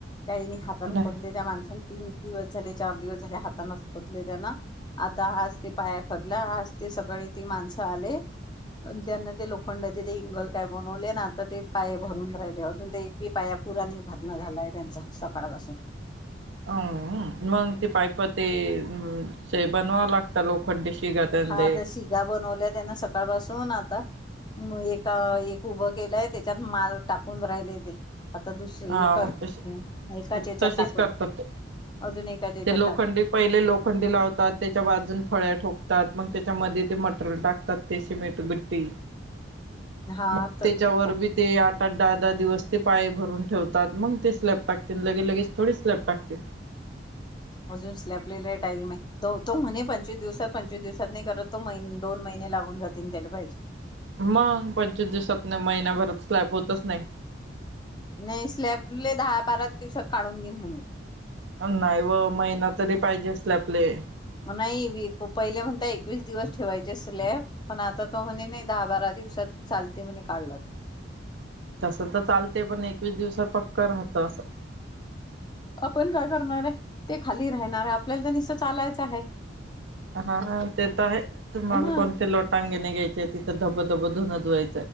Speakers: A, on the left; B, on the right.
A: काही नाय हाताने
B: नाही
A: खोदले त्या माणसाने तीन दिवस. झाले चार दिवस झाले हातानेच खोदले त्यांन आता आज ते पाया खोदला आज ते सकाळी ते माणसं आले, अन त्यांना ते लोखंडाचे ते इंगल काय बनवले ना आता ते पाया भरून राहिले, अजून ते एक बी पाया <unintelligible> झालाय त्यांचा सकाळ पासून
B: अ मग ते पाईप ते ते बनवावं लागतं लोखंडी शिगा त्यानले
A: हां आता शिगा बनवल्या त्यानं सकाळपासून आता म एका एक उभं केलंय त्याच्यात माल टाकून राहिले ते. आता दुस एका
B: हां म तशे
A: एकाच्या याच्यात
B: तसेच
A: टाकलं
B: करतात ते.
A: अजून एकाच्या याच्यात
B: ते लोखंडी
A: टाकलं
B: पहिले लोखंडी लावतात त्याच्या बाजू फळ्या ठोकतात मग, त्याच्यामध्ये ते मटेरियल टाकतात ते सिमेंट गट्टी
A: हा
B: मग
A: तर
B: त्याच्यावर
A: का
B: <unintelligible> पण दहा दहा दिवस ते पाये भरून ठेवतात मग ते स्लॅब टाकतील. लगे लगेच थोडी स्लॅब टाकतील.
A: अजून स्लॅपले लय टाईम आहे तो तो म्हणे पंचवीस दिवसात, पंचवीस दिवसात नाही करत तो महिन दोन महिने लागून जातील त्याला पाहिजे.
B: मग पंचवीस दिवसात नाही महिनाभरात स्लॅब होतच नाही.
A: नाही स्लॅबले दहा बारा दिवसात काढून घेईन म्हणेल
B: अ नाही ओ महिना तरी पाहिजे स्लॅपले.
A: नाही बी को पहिले म्हणता एकवीस दिवस ठेवायचे स्लॅप, पण आता तो म्हणे नाही दहा-बारा दिवसात चालते म्हणे काढला
B: तसं तर चालते पण एकवीस दिवसात पक्क राहतं असं.
A: आपण काय करणार आहे. ते खाली राहणार आहे आपल्याला तर निसतं चालायचं आहे.
B: हा ते तर आहे तुम्हाला
A: ह
B: कोणते लोटां गणे घ्याय चीय तिथं धबधब धुन धुवाय